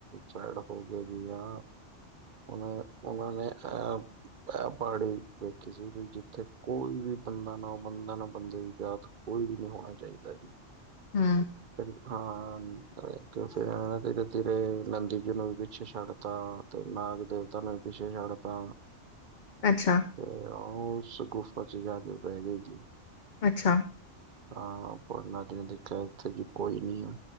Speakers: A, on the right (about 50°); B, on the left (about 45°).
A: ਸਾਈਡ ਹੋ ਗਈ ਆ। ਉਹ, ਉਹਨਾਂ ਨੇ ਕਿਹਾ ਇਹ ਪਹਾੜੀ ਵੇਖੀ ਸੀ ਵੀ ਜਿੱਥੇ ਕੋਈ ਵੀ ਬੰਦਾ ਨਾ ਬੰਦਾ ਨਾ ਬੰਦੇ ਦੀ ਜਾਤ ਕੋਈ ਵੀ ਨਹੀਂ ਹੋਣਾ ਚਾਹੀਦਾ ਜੀ।
B: ਹੂ
A: ਫਿਰ ਹਾਂ। ਫੇਰ ਨਾ ਤੇਰੇ, ਤੇਰੇ ਨੰਦੀ ਜੀ ਨੂੰ ਵਿੱਚ ਪਿੱਛੇ ਛੱਡ ਤਾ, ਤੇ ਨਾਗ ਦੇਵਤਾ ਨੂੰ ਪਿੱਛੇ ਛੱਡਤਾ।
B: ਅੱਛਾ।
A: ਤੇ ਉਹ ਉਸ ਗੁਫਾ ਚ' ਜਾ ਕੇ ਬਹਿ ਗਏ ਜੀ।
B: ਅੱਛਾ
A: ਹਾਂ ਉਹਨਾ ਨੇ ਦੇਖਿਆ, ਇੱਥੇ ਜ ਕੋਈ ਨੀ ਆ।